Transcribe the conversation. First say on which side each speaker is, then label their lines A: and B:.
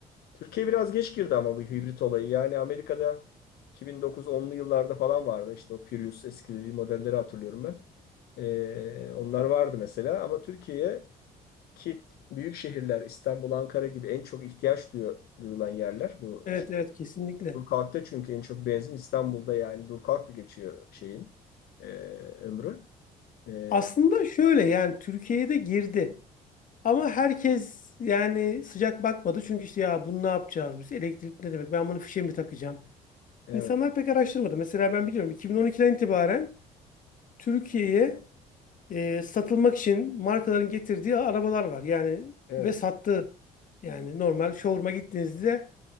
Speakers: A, on the left; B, on the left.
A: Türkiye biraz geç girdi ama bu hibrit olayı. Yani Amerika'da 2009-10'lu yıllarda falan vardı. İşte o Prius eski modelleri hatırlıyorum ben. Ee, onlar vardı mesela ama Türkiye'ye ki büyük şehirler İstanbul, Ankara gibi en çok ihtiyaç duyu- duyulan yerler bu
B: Evet evet kesinlikle.
A: Durkak'ta çünkü en çok benzin İstanbul'da yani Durkak'la geçiyor şeyin e, ömrü. E,
B: Aslında şöyle yani Türkiye'ye de girdi. Ama herkes yani sıcak bakmadı. Çünkü işte ya bunu ne yapacağız biz? Elektrik ne demek? Ben bunu fişe mi takacağım?
A: evet,
B: İnsanlar pek araştırmadı. Mesela ben biliyorum 2012'den itibaren Türkiye'ye e, satılmak için markaların getirdiği arabalar var. Yani
A: evet.
B: ve sattığı yani normal showroom'a gittiğinizde